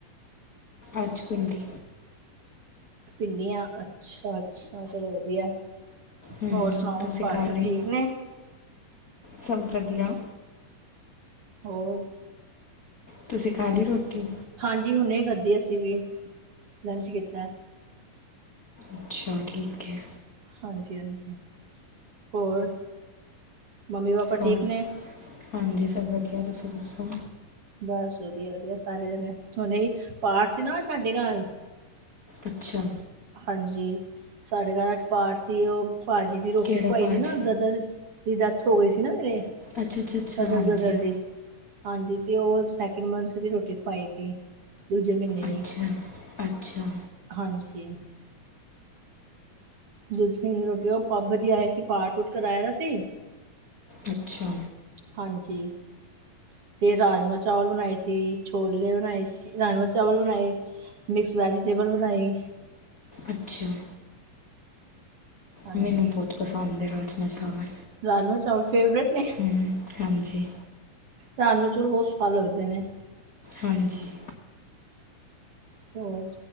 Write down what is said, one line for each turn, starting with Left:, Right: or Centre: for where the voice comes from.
Left: ਅੱਜ ਪਿੰਡੀ
Right: ਪਿੰਡੀਆਂ ਅਛਾ- ਅੱਛਾ ਚਲੋ ਵਧੀਆ
Left: ਹੂੰ
Right: ਹੋਰ ਸੁਣਾਓ
Left: ਤੁਸੀਂ
Right: ਘਰ
Left: ਖਾ
Right: ਸਬ
Left: ਲਈ
Right: ਠੀਕ ਨੇ
Left: ਸਭ ਵਧੀਆ-
Right: ਹੋਰ-
Left: ਤੁਸੀਂ ਖਾ ਲਈ ਰੋਟੀ।
Right: ਹਾਂਜੀ ਹੁਣੇ ਖਾਧੀ ਅਸੀਂ ਵੀ ਲੰਚ ਕੀਤਾ।
Left: ਅੱਛਾ ਠੀਕ ਹੈ
Right: ਹਾਂਜੀ-ਹਾਂਜੀ ਹੋਰ ਮੰਮੀ ਪਾਪਾ
Left: ਹੋਰ
Right: ਠੀਕ ਨੇ।
Left: ਹਾਂਜੀ ਸਭ ਵਧੀਆ ਤੁਸੀਂ ਦੱਸੋ?
Right: ਬਸ ਵਧੀਆ-ਵਧੀਆ ਸਾਰੇ ਜਣੇ ਹੁਣ ਪਾਠ ਸੀ ਨਾ ਸਾਡੇ ਘਰ।
Left: ਅੱਛਾ।
Right: ਹਾਂਜੀ ਸਾਡੇ ਘਰ ਅੱਜ ਪਾਠ ਸੀ ਉਹ ਭਾਜੀ ਦੀ ਰੋਟੀ
Left: ਕਿਹੜਾ
Right: ਖਵਾਈ
Left: ਪਾਠ
Right: ਸੀ ਨਾ ਬ੍ਰਦਰ। ਦੀ ਡੈਥ ਹੋ ਗਈ ਸੀ ਨਾ ਮੇਰੇ
Left: ਅੱਛਾ ਅੱਛਾ ਅੱਛਾ
Right: ਕਜ਼ਨ
Left: ਹਾਂਜੀ
Right: ਬ੍ਰਦਰ ਦੀ ਹਾਂਜੀ ਤੇ ਉਹ ਸੈਕਿੰਡ ਮੰਥ ਦੀ ਰੋਟੀ ਖਵਾਈ ਸੀ ਦੂਜੇ ਮਹੀਨੇ ਦੀ
Left: ਅੱਛਾ। ਅੱਛਾ।
Right: ਹਾਂਜੀ ਦੂਜ ਰੋਟੀ ਉਹ ਬਾਬਾ ਜੀ ਆਏ ਸੀ ਪਾਠ ਵੂਟ ਕਰਵਾਏ ਦਾ ਸੀ।
Left: ਅੱਛਾ।
Right: ਹਾਂਜੀ ਤੇ ਰਾਜਮਾ ਚਾਵਲ ਬਣਾਏ ਸੀ। ਛੋਲੇ ਬਣਾਏ ਸੀ। ਰਾਜਮ ਚਾਵਲ ਬਣਾਏ। ਮਿਕਸ ਵੈਜੀਟੇਬਲ ਬਣਾਏ।
Left: ਅਛਾ-
Right: ਹਾਂਜੀ।
Left: ਮੈਨੂੰ ਬੋਤ ਪਸੰਦ ਹੈ। ਰਾਜਮ ਚਾਵਲ।
Right: ਰਾਜ ਮਾ ਚਾਵਲ ਫੇ ਵਰਟ ਨੇ
Left: ਹੂੰ ਹਾਂਜੀ
Right: ਰਾਜ ਮਾ ਚੋਲ ਬੋਤ ਸਵਾਦ ਲੱਗਦੇ ਨੇ
Left: ਹਾਂਜੀ,
Right: ਹੋਰ